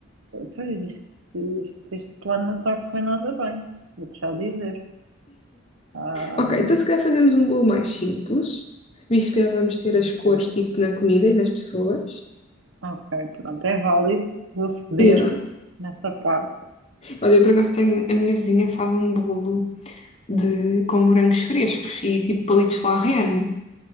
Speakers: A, on the right; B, on the left.
A: pois isto, isto- este plano não está a correr nada bem, vou-te já dizer. Ah,
B: Ok,
A: hum,
B: então se calhar fazemos um bolo mais simples, visto que já vamos ter
A: ok,
B: as cores tipo na comida e nas pessoas.
A: ok, pronto, é válido, vou ceder
B: Yeah.
A: nessa parte.
B: Olha, eu por acaso tenho. A minha vizinha faz um bolo de, com morangos frescos e tipo palitos de la reine.